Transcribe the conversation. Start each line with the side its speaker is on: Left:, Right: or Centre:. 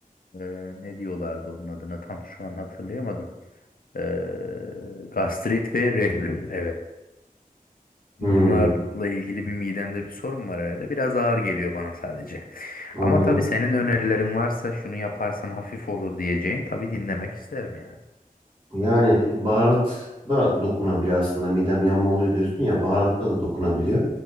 Left: ee, ne diyorlardı onun adına tam şu an hatırlayamadım. Ee, gastrit ve reflü. Evet.
Right: Hmm,
Left: Bunlarla ilgili bir midemde bir sorun var herhalde. Biraz ağır geliyor bana sadece.
Right: anladım.
Left: Ama tabii senin önerilerin varsa şunu yaparsan hafif olur diyeceğin tabii dinlemek isterim yani.
Right: Yani baharat da dokunabiliyor aslında. Midem yanma oluyor diyorsun ya baharatta da dokunabiliyor.